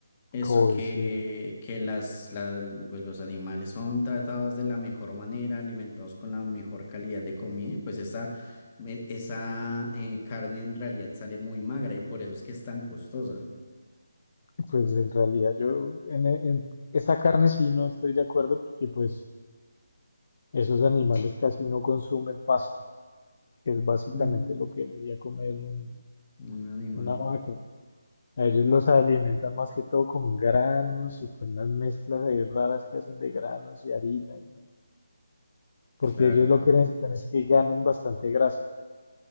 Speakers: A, on the left; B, on the left.
A: Eso
B: Kobe,
A: que,
B: sí,
A: que las, la- pues los animales son tratados de la mejor manera, alimentados con la mejor calidad de comida, y pues esa, me- esa eh, carne en realidad sale muy magra y por eso es que es tan costosa.
B: Pues en realidad yo en, en esa carne sí no estoy de acuerdo porque pues esos animales casi no consumen pasto, que es básicamente
A: Mm,
B: lo que debería comer un-
A: un animal,
B: una vaca. A ellos los alimentan más que todo con granos y con unas mezclas ahí raras que hacen de granos y harina, y no- porque
A: claro.
B: ellos lo que necesitan es que ganen bastante grasa.